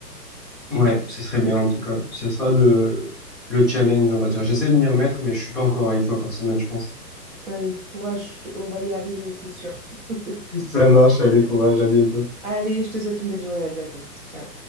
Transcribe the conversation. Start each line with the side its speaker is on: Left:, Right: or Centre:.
Centre: ouais, ce serait bien en tout cas. Ce sera le, le challenge, on va dire. J'essaie de m'y remettre, mais je suis pas encore à une fois par semaine, je pense.
Right: Allez, courage, je te- on va y arriver, c'est sûr. <laughs>
Centre: <laughs> Ça marche, allez, courage, à bientôt.
Right: Allez, je te souhaite une belle journée, à bientôt. Ciao.